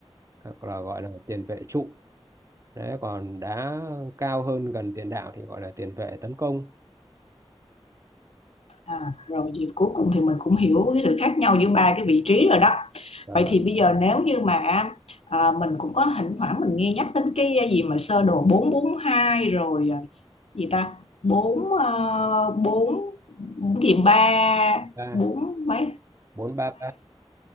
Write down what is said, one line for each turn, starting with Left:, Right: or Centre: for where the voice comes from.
Right: hoặc là gọi là tiền vệ trụ đấy còn đá cao hơn gần tiền đạo thì gọi là tiền vệ tấn công
Left: À, rồi thì cuối cùng thì mình cũng hiểu cái sự khác nhau giữa ba cái vị trí rồi đó.
Right: Ờ,
Left: Vậy thì bây giờ nếu như mà à, mình cũng có thỉnh thoảng mình nghe nhắc đến cái à, gì mà sơ đồ 442 rồi à, gì ta? bốn uh, bốn bốn gì ba
Right: ba
Left: bốn mấy?
Right: bốn ba ba